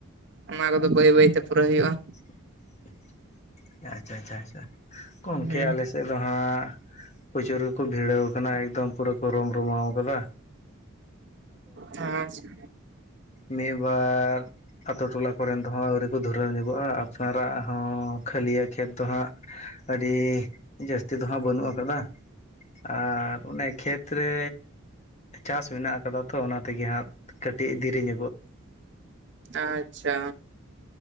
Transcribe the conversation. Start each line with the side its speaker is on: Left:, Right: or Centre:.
Right: ᱚᱱᱟ ᱠᱚᱫᱚ ᱵᱟᱹᱭ ᱵᱟᱹᱭᱛᱮ ᱯᱩᱨᱟᱹᱣ ᱦᱩᱭᱩᱜ-ᱟ
Left: <unintelligible> ᱟᱪᱪᱷᱟ ᱟᱪᱪᱷᱟ ᱟᱪᱪᱷᱟ ᱜᱚᱝᱠᱮ
Right: ᱦᱮᱸ
Left: ᱟᱞᱮ ᱥᱮᱫ ᱫᱚ ᱦᱟᱸᱜ ᱯᱨᱚᱪᱩᱨ ᱜᱮᱠᱚ ᱵᱷᱤᱲᱟᱹ ᱠᱟᱱᱟ ᱮᱠᱫᱚᱢ ᱯᱩᱨᱟᱹ ᱠᱚ ᱨᱚᱢ ᱨᱚᱢᱟᱣ ᱟᱠᱟᱫᱟ
Right: ᱦᱮᱸ ᱟᱪᱪᱷᱟ
Left: ᱢᱤᱫ ᱵᱟᱨ ᱟᱛᱳ ᱴᱚᱞᱟ ᱠᱚᱨᱮᱱ ᱫᱚ ᱦᱟᱜ ᱟᱹᱣᱨᱤ ᱠᱚ ᱫᱷᱩᱨᱟᱹᱣ ᱧᱚᱜᱚᱜ-ᱟ ᱟᱯᱱᱟᱨᱟᱜ ᱦᱚᱸ ᱠᱷᱟᱹᱞᱤ ᱠᱷᱮᱛ ᱫᱚ ᱦᱟᱸᱜ ᱟᱹᱰᱤ ᱡᱟᱹᱥᱛᱤ ᱫᱚ ᱦᱟᱸᱜ ᱵᱟᱹᱱᱩᱜ ᱟᱠᱟᱫᱟ ᱟᱨ ᱚᱱᱮ ᱠᱷᱮᱛ ᱨᱮ ᱪᱟᱥ ᱢᱮᱱᱟᱜ ᱟᱠᱟᱫᱟ ᱛᱚ ᱚᱱᱟ ᱛᱮᱜᱮ ᱦᱟᱸᱜ ᱠᱟᱹᱴᱤᱡ ᱫᱤᱨᱮ ᱧᱚᱜ
Right: ᱟᱪᱪᱷᱟ